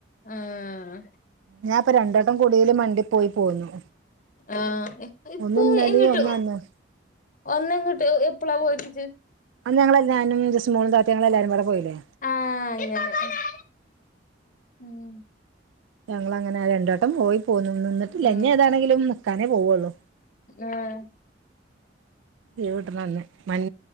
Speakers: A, on the left; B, on the right.
A: ആഹ്
B: ഞാപ്പം രണ്ടട്ടം കുടീല് മണ്ടി പോയി പോന്നു.
A: ആഹ് ഇ ഇപ്പൊ
B: ഒന്ന് ഇന്നലിം
A: ഇങ്ങട്ടോ?
B: ഒന്ന് അന്നും
A: ഒന്നങ്ങ്ട്ട് എപ്പളാ പോയത്ജ്?
B: അന്ന് ഞങ്ങളെല്ലാരും ജസ്റ്റ് മോൾ താത്തിം ഞങ്ങളെല്ലാരുപാടെ പോയിലേ?
A: ആഹ് അങ്ങനെ ഉം
B: ഞങ്ങളങ്ങനെ രണ്ടട്ടം പോയി പോന്നു. നിന്നിട്ടില്ല
A: ഉം
B: ഇഞ്ഞേതാണെങ്കിലും നിക്കാനേ പോവള്ളൂ.
A: ആഹ്
B: ലീവ്ട്ട്ണ അന്ന് മൻ